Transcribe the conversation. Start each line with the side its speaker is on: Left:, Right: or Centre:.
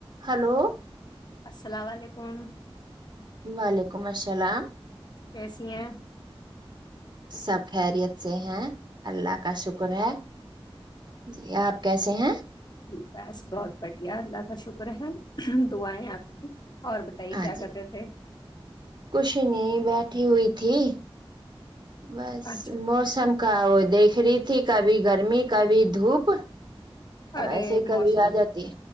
Right: ہلو
Left: السلام علیکم
Right: وعلیکم السلام
Left: کیسی ہیں
Right: سب خیریت سے ہیں اللہ کا شکر ہے جی آپ کیسے ہیں
Left: بس بہت بڑھیا اللہ کا شکر ہے تو آئے آپ اور بتائیے
Right: ہاں
Left: کیا
Right: جی
Left: کرتے تھے
Right: کچھ نہیں بیٹھی ہوئی تھی بس
Left: اچھا
Right: موسم کا وہ دیکھ رہی تھی کبھی گرمی کبھی دھوپ اب
Left: ارے
Right: ایسے ہی
Left: موسم
Right: کبھی آ جاتی ہے